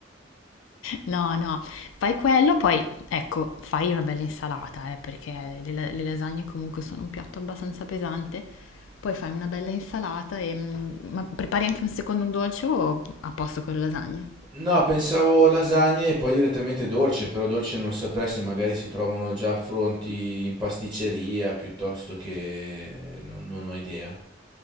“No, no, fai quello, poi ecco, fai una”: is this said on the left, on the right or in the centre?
Left